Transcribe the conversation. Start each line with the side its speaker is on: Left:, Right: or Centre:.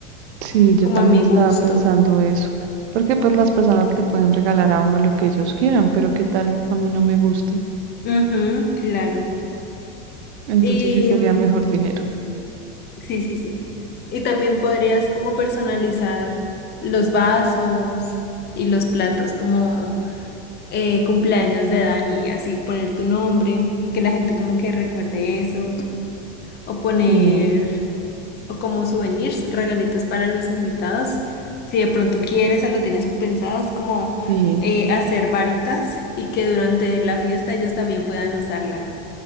Right: Sí, yo
Left: como
Right: también
Left: a mi
Right: estaba
Left: gusto.
Right: pensando eso, porque pues las personas le pueden regalar a uno lo que ellos quieran, pero qué tal a mí no me guste,
Left: Ujú, claro.
Right: entonces
Left: Y
Right: sí sería
Left: mm,
Right: mejor dinero.
Left: sí, sí, sí. Y también podrías como personalizar los vasos y los platos como eh, cumpleaños de Dani, y así poner tu nombre y que la gente como que recuerde eso, o poner
Right: Sí,
Left: o como souvenirs, regalitos para los invitados. Si de pronto quieres o lo tienes pensado, es como
Right: sí.
Left: eh, hacer varitas y que durante la fiesta ellos también puedan usarla.